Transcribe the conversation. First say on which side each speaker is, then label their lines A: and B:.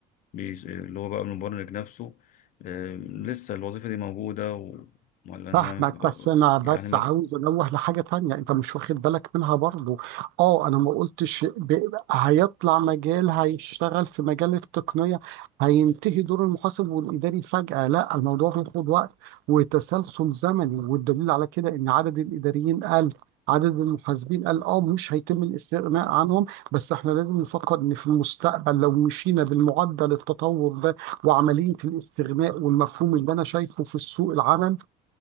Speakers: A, on the left; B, on the right.
A: بي- اللي هو بقى المبرمج نفسه آه، لسه الوظيفة دي موجودة و... ولا
B: فاهمك
A: إنه-
B: بس انا بس
A: يعني
B: عاوز انوه لحاجه تانية انت مش واخد بالك منها برضو اه انا ما قلتش ب... هيطلع مجال هيشتغل في مجال التقنيه هينتهي دور المحاسب والاداري فجاه لا الموضوع بياخد وقت وتسلسل زمني والدليل على كده ان عدد الاداريين قل عدد المحاسبين قال اه مش هيتم الاستغناء عنهم بس احنا لازم نفكر ان في المستقبل لو مشينا بالمعدل التطور ده وعمليه الاستغناء والمفهوم اللي انا شايفه في سوق العمل